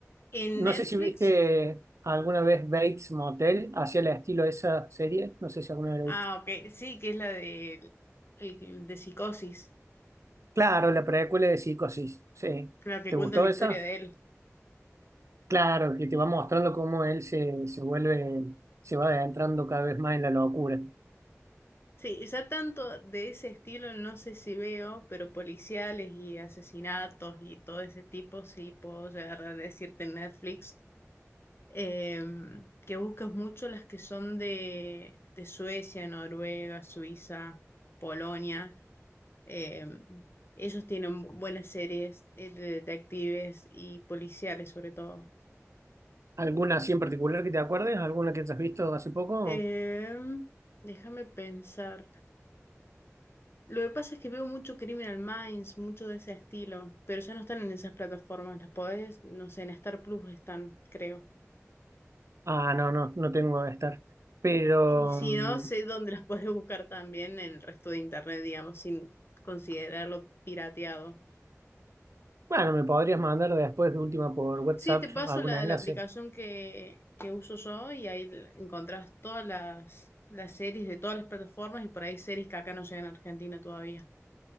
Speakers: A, on the left (about 50°); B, on the right (about 70°).
A: en
B: no
A: Netflix,
B: sé si viste alguna vez Bates Motel, hacia el estilo de esa serie, no sé si alguna vez lo
A: ah,
B: viste.
A: ok, sí, que es la de, el- de Psicosis,
B: Claro, la precuela de Psicosis, sí.
A: la que
B: ¿Te
A: cuenta
B: gustó
A: la historia
B: esa?
A: de él.
B: Claro, que te va mostrando cómo él se, se vuelve, se va adentrando cada vez más en la locura.
A: Sí, ya tanto de ese estilo no sé si veo, pero policiales y asesinatos y todo ese tipo sí puedo llegar a decirte en Netflix. eh, que busques mucho las que son de, de Suecia, Noruega, Suiza, Polonia. eh, ellos tienen bu- buenas series eh, de detectives y policiales sobre todo.
B: ¿Alguna así en particular que te acuerdes? ¿Alguna que te has visto hace poco?
A: Em, déjame pensar. Lo que pasa es que veo mucho Criminal Minds, mucho de ese estilo, pero ya no están en esas plataformas. Las podés, no sé, en Star Plus están, creo.
B: Ah, no, no, no tengo estar, Pero
A: Y si
B: mm,
A: no, sé dónde las puedes buscar también en el resto de internet, digamos, sin considerarlo pirateado.
B: bueno, me podrías mandar después de última por WhatsApp
A: Sí, te paso
B: algún
A: la,
B: enlace
A: la aplicación que, que uso yo y ahí l- encontrás todas las, las series de todas las plataformas y por ahí series que acá no llegan a Argentina todavía.